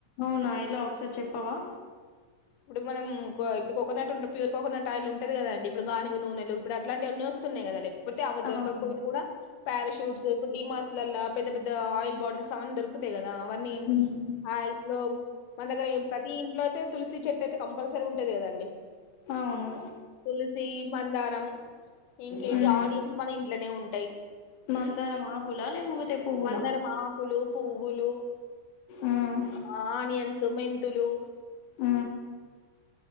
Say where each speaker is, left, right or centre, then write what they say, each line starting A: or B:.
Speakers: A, on the left; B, on the left.
A: అవునా ఎలా ఒకసారి చెప్పవా
B: ఇప్పుడు మనం కొ ఇప్పుడు కోకోనట్ ఉంటే ప్యూర్ కోకోనట్ ఆయిల్ ఉంటది గదండి, ఇప్పుడు గానుగా నూనెలు ఇప్పుడు అలాంటివి ఎన్నీ చేస్. స్తున్నయ్ గదా లేకపోతే అవి
A: అవును
B: దొరకక్ పోయిన కూడా పారాషూట్స్ ఇప్పుడు డి మార్స్ లల్లా పెద్ద పెద్ద ఆయిల్ బటిల్స్ అవన్ దొరుకుతయ్ గ అవన్నీ
A: మ్మ్.
B: ఆయిల్స్ లో మన దగ్గర ఏం ప్రతి ఇంట్లో అయితే తులసి చెట్టైతే కంపల్సరీ ఉంటది గదండి
A: అవును
B: తులసీ మందారం ఇంకేంటి
A: మ్మ్.
B: ఆనియన్స్ మన ఇంట్లోనే ఉన్
A: మందారం
B: ఉ
A: ఆకులా లేకపోతే పువ్వులా
B: మందరం ఆకులు పువ్వులు
A: మ్మ్
B: ఆ ఆనియన్స్ మెంతులు
A: ఊ